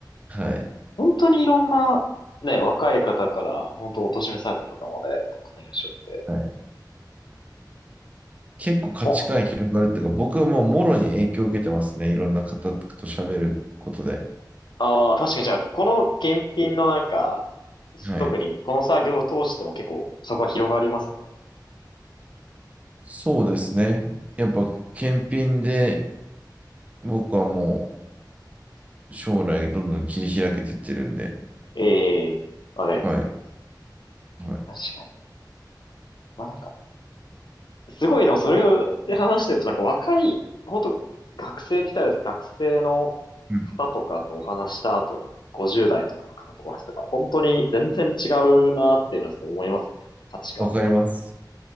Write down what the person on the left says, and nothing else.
本当にいろんな、ね、若い方から、本当お年めされた方まで、たくさんいらっしゃって。
お、
ああ、確かにじゃあ、この検品のなんか、
特にこの作業を通しても結構、そこは広がりますよ
ね。ええ、わかります、
わかります。
確かに。まあなんか、すごい、でもそれで話してると、なんか若い、本当学生って言ったらあれですけど学生の
方とかとお話した後に、50代とかの方とお話したから、本当に全然違うなっていうのはすごい思いますね。価値観とか考え方。